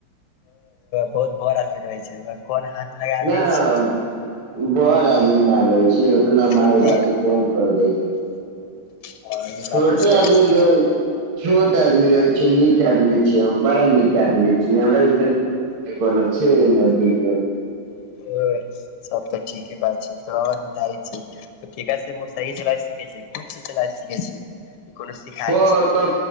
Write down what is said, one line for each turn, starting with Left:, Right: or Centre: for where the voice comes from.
Left: बहुत बड़ आदमी रहै छै कोन हाथ लगा
Right: नहि
Left: दै छै
Right: बड़ आदमी न रहै छी उतना मेहरबानी
Left: तऽ फिर
Right: कोन खरीदै
Left: हँ ई
Right: छोटे
Left: बात तऽ सही
Right: आदमी गै छोट आदमी रहैत छै नीक आदमी छियै हम बड़ा नीक आदमी छियै हमरा जेसन देखकना छैना दुनियामे
Left: छै सब तऽ ठीके बात छै तो आओर बताय छी ठीका से मोटरसाइकिल चला सीखे छै खुद चला सीखै छै कोनो सिखइ
Right: मे ह
Left: छै
Right: तऽ